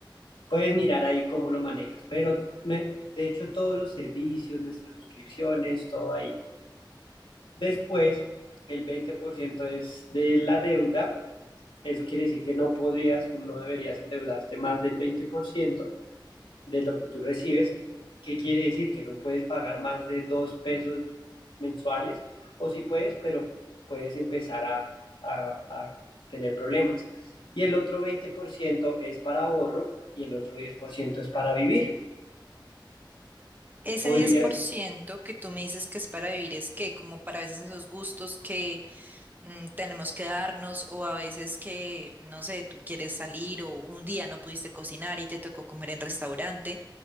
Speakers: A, on the left; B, on the right.
A: Puedes mirar ahí cómo lo manejas, pero me- de hecho todos los servicios, nuestras suscripciones, todo ahí. Después, el 20% es de la deuda. Eso quiere decir que no podrías o no deberías endeudarte más del 20% de lo que tú recibes, ¿qué quiere decir? Que no puedes pagar más de dos pesos mensuales, o si sí puedes, pero puedes empezar a, a, a tener problemas. Y el otro 20% es para ahorro y el otro 10% es para vivir.
B: Ese
A: Podrías,
B: diez por ciento que tú me dices que es para vivir es que como para a veces esos gustos que mm, tenemos que darnos o a veces que, no sé, tú quieres salir o un día no pudiste cocinar y te tocó comer en restaurante,